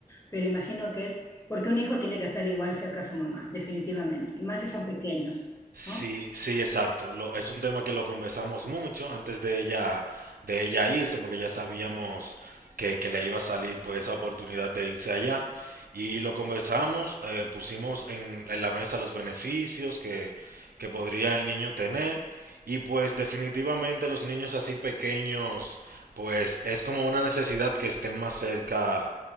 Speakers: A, on the left; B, on the right.
A: pero imagino que es porque un hijo tiene que estar igual cerca a su mamá, definitivamente, y más si son pequeños,
B: Sí,
A: ¿no?
B: sí, exacto. Lo- es un tema que lo conversamos mucho antes de ella, de ella irse, porque ya sabíamos que, que le iba a salir pues esa oportunidad de irse allá. Y lo conversamos, eh, pusimos en, en la mesa los beneficios que, que podría el niño tener. Y pues definitivamente los niños así pequeños, pues es como una necesidad que estén más cerca